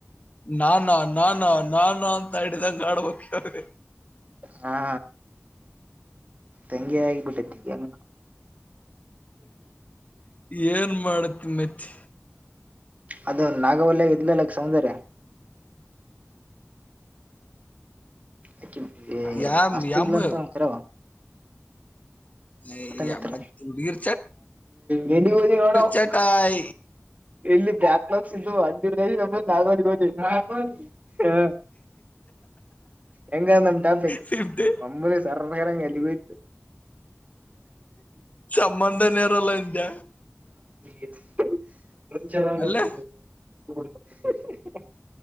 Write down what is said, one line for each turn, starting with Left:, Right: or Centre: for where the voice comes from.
Left: ನಾನಾ ನಾನಾ ನಾನ ಅಂತ ಹಿಡಿದಂಗ ಆಡಬೇಕ್ <unintelligible>
Right: ಹಾ ಹಂಗೆ ಆ ಬಿಟ್ಟತ್ತಿ ಹೆಂಗ್
Left: ಏನ್ ಮಾಡ್ತಿ ಮತ್ತೆ.
Right: ಅದ ನಾಗವಲ್ಯಾಗ್ ಇದ್ಲಲ್ಲ್ ಸೌಂದರ್ಯ ಅಕ್ಕಿ ಎ
Left: ಯಾಮ್
Right: ಮಸ್ತ್
Left: ಯಾಮು
Right: ಇದ್ಲ ಅಂತ <unintelligible>
Left: <unintelligible>
Right: ಮಿತ್ರ
Left: ಹುಡ್ಗೀರ
Right: ನೆನ್ನಿ ಹೋದಿ ನೋಡ ನಾವ್
Left: ಚಟಾಯ.
Right: ಇಲ್ಲಿ ಬ್ಯಾಕ್ಲಾಗ್ಸ್ <unintelligible> ಹ ಹೆಂಗಂದಮ್ ಟಾಫಿಕ್
Left: ಫಿಫ್ಟಿ
Right: ಒಮ್ಮುಲೆ <unintelligible> ಎಲ್ಲಿಗ್ ಹೋಯ್ತ
Left: ಸಂಬಂಧನೇ ಇರಲ್ಲ ಅಂದ್ಯ
Right: <unintelligible> <inaudible> ಚೆನ್ನಾಗಿರ್ತಿವಿ
Left: ಅಲ್ಲೇ
Right: <unintelligible>